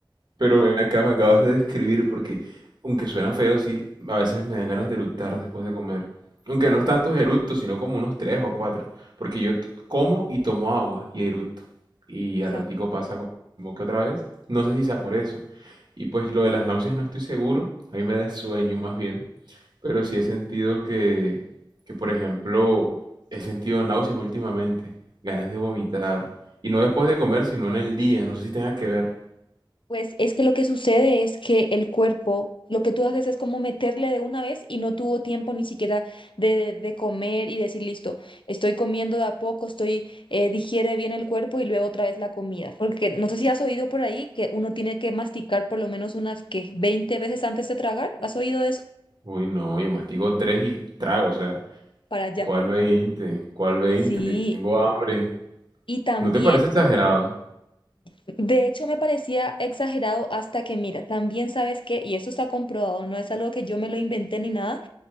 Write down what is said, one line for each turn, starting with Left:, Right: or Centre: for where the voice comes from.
Right: pero ven acá me acabas de describir porque, aunque suena feo, sí, a veces me dan ganas de eructar después de comer. Aunque no es tantos eructos, sino como unos tres o cuatro. Porque yo t- como y tomo agua y eructo. Y
Left: Exacto.
Right: al ratico pasa como como que otra vez. No sé si sea por eso. Y pues lo de las náuseas no estoy seguro. A mí me da sueño más bien. Pero sí he sentido que, que, por ejemplo, he sentido náuseas últimamente, ganas de vomitar. Y no después de comer, sino en el día. No sé si tenga que ver.
Left: Pues es que lo que sucede es que el cuerpo, lo que tú haces es como meterle de una vez y no tuvo tiempo ni siquiera de, de comer y decir, listo, estoy comiendo de a poco, estoy, eh, digiere bien el cuerpo y luego otra vez la comida. Porque no sé si has oído por ahí que uno tiene que masticar por lo menos unas que 20 veces antes de tragar. ¿Has oído eso?
Right: Uy, no, yo mastigo tres y trago, o sea,
Left: Para allá.
Right: ¿cuál veinte ¿Cuál veinte
Left: Sí.
Right: Tengo hambre.
Left: Y también,
Right: ¿No te parece exagerado?
Left: de hecho, me parecía exagerado hasta que, mira, también sabes que, y eso está comprobado, no es algo que yo me lo inventé ni nada.